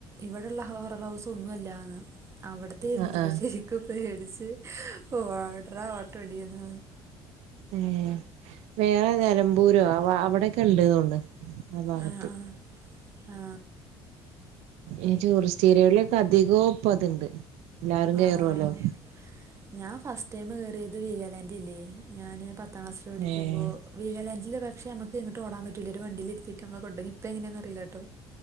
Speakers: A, on the right; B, on the right.
A: ഇവിടെള്ള ഹോറൽ ഹൗസ് ഒന്നുല്ലന്ന് അവിടത്തെ യൊരുന്നുത്ര
B: ആഹ് ആഹ്
A: ശരിക്കു പേടിച്ച് ഓ ഓട്ര ഓട്ട ഓടിയത്
B: ഏഹ് വേറെ നിലമ്പൂരോ അവ അവിടെക്കെ ഉണ്ട്തുകൊണ്ട് ആ ഭാഗത്ത്
A: ആ ആ
B: ഈ ടൂറിസ്റ്റ് ഏരിയകളൊക്കെ അധികം ഇപ്പോ അത്ണ്ട് എല്ലാരും
A: ആഹ്
B: കേറുവല്ലോ
A: ഞാൻ ഫസ്റ്റ് ടൈം കയറിയത് വീഗാലാൻഡില്ലേ ഞാന് പത്താം ക്ലാസ്സ് പഠിക്കുമ്പോ
B: ഏഹ്
A: വികലാന്റിൽ പക്ഷെ നമക്ക് എങ്ങട്ടും ഓടാൻ പറ്റൂല്ല ഒരു വണ്ടിയിൽ ഇരുത്തിട്ട് നമ്മളെ കൊടകി ഇപ്പൊ എങ്ങനെയെന്ന്റിയില്ലട്ടോ